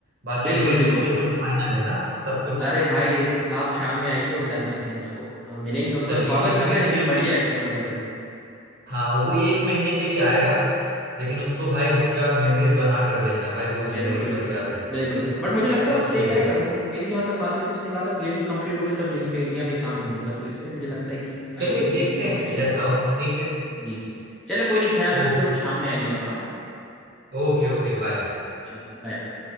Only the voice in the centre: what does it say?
बिल्कुल
बिल्कुल
बिल्कुल
अरे भाई आप शाम में आइए और डन करते हैं इसको हम मिलेंगे उसका
स्वागत
करना है लेकिन
बढ़िया एकदम जबरदस्त
बिल्कुल
बिल्कुल
बिल्कुल बिल्कुल बट मुझे लगता
है वो
स्टे
करेगा वो मुझे- मेरी जहां तक बात हुई थी उसने कहा था पीएचडी कंप्लीट हो गई तो अब यहीं पे इंडिया में ही काम ढूंढेगा तो इसलिए मुझे लगता है कि आई
होप
कि वो
स्टे
करे
जी जी चलो कोई नहीं ख्याल रखिए
और शाम में आइए आप हाँ
चलो बाय बाय